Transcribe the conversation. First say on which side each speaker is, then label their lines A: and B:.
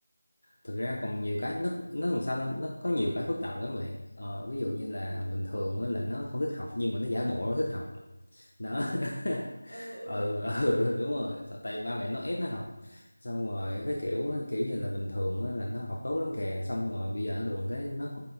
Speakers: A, on the left; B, on the right.
A: thực ra còn nhiều cái nó nó làm sao nó, nó có nhiều cái phức tạp lắm vậy ờ, ví dụ như là bình thường á là nó không thích học nhưng mà nó giả bộ nó thích học đó
B: à thế
A: <laughs>
B: à ừ ừ
A: ừ, <laughs>
B: buồn
A: ừ
B: cười à
A: đúng rồi Sợ tay ba mẹ nó ép nó học xong rồi cái kiểu kiểu như là bình thường á, là nó học tốt lắm kìa xong rồi bây giờ nó đùn cái nó